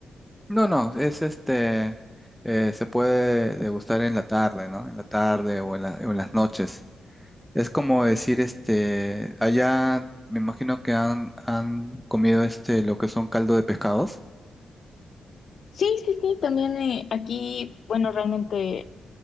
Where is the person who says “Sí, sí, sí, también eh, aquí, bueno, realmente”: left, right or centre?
Left